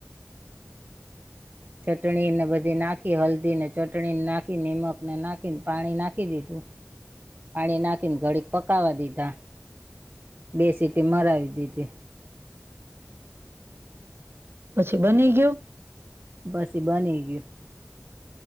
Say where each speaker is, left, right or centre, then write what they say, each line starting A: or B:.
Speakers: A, on the right; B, on the right.
A: ચટણી ને બધી નાખી હલ્દી ને ચટણીને નાખી નીમકને નાખીને પાણી નાખી દીધું. પાણી નાખીને ઘડી પકવા દીધા બે સીટી મરાવી દીધી.
B: પછી બની ગયું.
A: પસે બની ગયું.